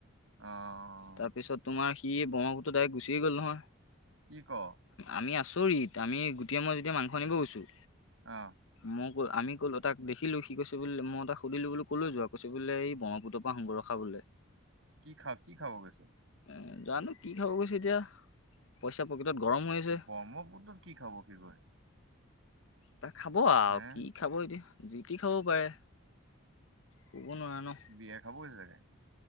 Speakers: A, on the right; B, on the left.
A: অ', অ'।
B: তাৰপিছত তোমাৰ সি ব্ৰহ্মপুত্ৰৰ দাইৰেক্ট গুচিয়ে গ'ল নহয়।
A: কি' ক?
B: আমি আচৰিত, আমি গোটি আৰু মই যেতিয়া মাংস আনিব গৈছোঁ
A: অ'।
B: মই ক আমি ক'ল তাক দেখিলোঁ, সি কৈছে মই তাক সুধিলোঁ ক'ললৈ যোৱা? কৈছে বুলে এই ব্ৰহ্মপুত্ৰ পা আহোঁ গৈ ৰখা বোলে।
A: কি খা, কি খাব গৈছে?
B: আ জানোঁ কি খাব গৈছে এতিয়া। পইচা পকেটত গৰম হৈ আছে
A: ব্ৰহ্মপুত্ৰত কি' খাব সি গৈ?
B: ত' খাব আৰু,
A: হে
B: কি খাব এতিয়া, জি তি খাব পাৰে। ক'ব নোৱাৰা ন?
A: বিয়েৰ খাব গৈছে চাগে।